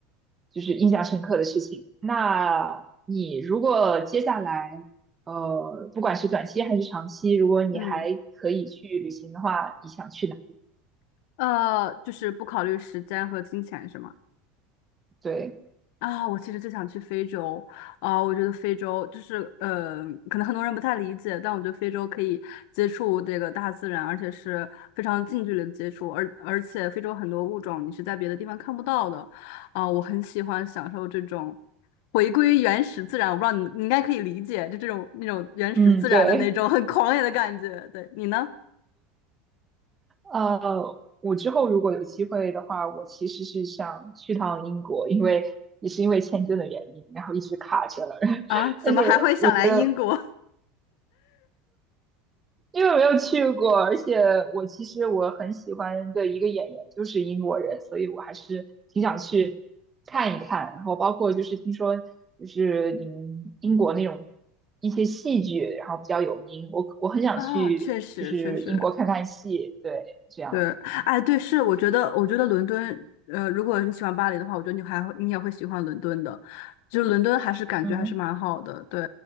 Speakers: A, on the right (about 20°); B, on the left (about 65°).
A: 就是印象深刻的事情。那你如果接下来，呃，不管是短期还是长期，如果你还可以去旅行的话，
B: 嗯，
A: 你想去哪里？
B: 呃，就是不考虑时间和金钱是吗？
A: 对，
B: 啊，我其实就想去非洲啊，我觉得非洲就是，呃，可能很多人不太理解，但我觉得非洲可以接触这个大自然，而且是非常近距离的接触，而而且非洲很多物种你是在别的地方看不到的，啊，我很喜欢享受这种回归原始自然，我不知道你你应该可以理解，就这种那种原始自然的那种很狂野的感觉，
A: 嗯，对，
B: 对，你呢？
A: 呃，我之后如果有机会的话，我其实是想去趟英国，因为也是因为签证的原因，然后一直卡着了。<laughs>
B: 啊，怎么还会想来英国？
A: 但是我觉得。因为没有去过，而且我其实我很喜欢的一个演员就是英国人，所以我还是挺想去看一看。然后包括就是听说就是你们英国那种一些戏剧，然后比较有名，我我很想去就是英国看看戏，
B: <laughs> 啊，确实确实，
A: 对，这样，
B: 对，哎，对，是，我觉得，我觉得伦敦，呃，如果你喜欢巴黎的话，我觉得你还会，你也会喜欢伦敦的，就是伦敦还是感觉还是蛮好的，
A: 嗯
B: 对，